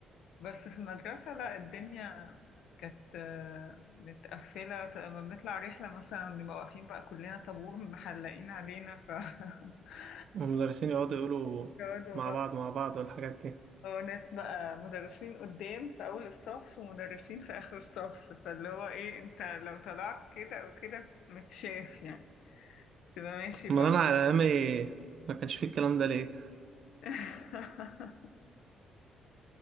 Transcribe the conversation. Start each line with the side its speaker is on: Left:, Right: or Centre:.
Left: بس في المدرسة لا الدنيا كانت آه، متقفلة ط- لما بنطلع رحلة مثلا بنبقى واقفين بقى كلنا طابور محلقين علينا ف <laughs>
Right: والمدرسين يقعدوا يقولوا
Left: يقعدوا
Right: مع
Left: بقى
Right: بعض مع بعض والحاجات دي
Left: اه ناس بقى مدرسين قدام في أول الصف ومدرسين في آخر الصف فاللي هو ايه انت لو طلعت كده او كده متشاف يعني تبقى ماشي بقى
Right: امال انا على ايامي ما كانش فيه الكلام ده ليه
Left: <laughs>